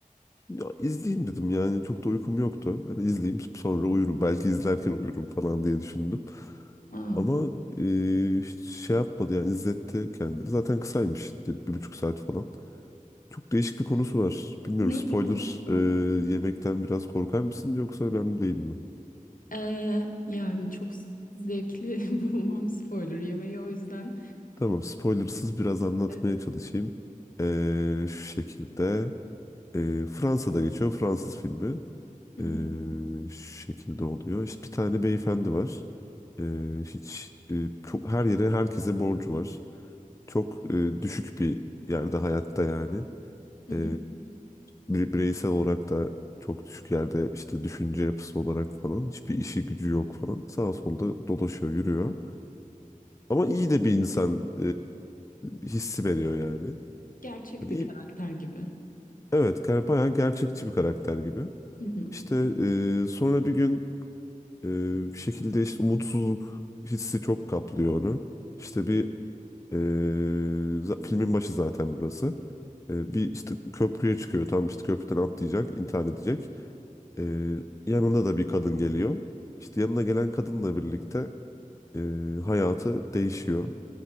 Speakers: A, on the left; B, on the left.
A: Ya, izleyeyim dedim yani çok da uykum yoktu. Hani izleyeyim sonra uyurum. Belki izlerken uyurum falan diye düşündüm.
B: Aa,
A: Ama e, hiç şey yapmadı yani izletti kendini. Zaten kısaymış işte bir buçuk saat falan. Çok değişik bir konusu var. Bilmiyorum
B: Neydi
A: spoiler
B: konusu?
A: e, yemekten biraz korkar mısın yoksa önemli değil mi?
B: ee, yani çok s- zevkli <laughs> bulmam spoiler yemeği o yüzden.
A: Tamam spoilersız biraz anlatmaya
B: Evet.
A: çalışayım. E, şu şekilde e, Fransa'da geçiyor Fransız filmi.
B: Hı
A: E,
B: hı,
A: şu şekilde oluyor. İşte bir tane beyefendi var. E, hiç e, çok her yere herkese borcu var. Çok e, düşük bir yerde hayatta yani.
B: hı
A: E,
B: hı.
A: bire- bireysel olarak da çok düşük yerde işte düşünce yapısı olarak falan hiçbir işi gücü yok falan sağa solda dolaşıyor yürüyor. Ama iyi de bir insan e, hissi veriyor yani.
B: Gerçek
A: Hani
B: bir
A: iyi,
B: karakter gibi.
A: evet ger bayağı gerçekçi bir karakter gibi.
B: Hı hı.
A: İşte e, sonra bir gün e, bir şekilde işte umutsuzluk hissi çok kaplıyor onu. İşte bir e, za- filmin başı zaten burası. E, bir işte köprüye çıkıyor. Tam işte köprüden atlayacak, intihar edecek. Ee, yanında da bir kadın geliyor. İşte yanına gelen kadınla birlikte e, hayatı değişiyor.